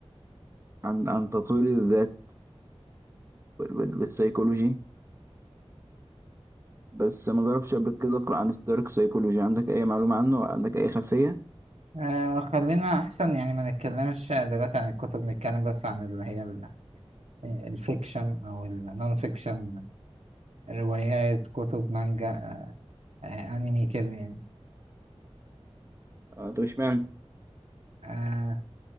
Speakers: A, on the right; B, on the right.
A: عن عن تطوير الذات وال- وال- والسيكولوجي بس ما جربتش قبل كده اقرا عن الدارك سايكولوجي عندك اي معلومة عنه عندك اي خلفية
B: آه خلينا أحسن يعني ما نتكلمش دلوقتي عن الكتب نتكلم بس عن اللي هي آه، الفيكشن او النون فيكشن روايات كتب مانجا آه، آه، انمي كده يعني
A: آه، طب اشمعنى
B: آه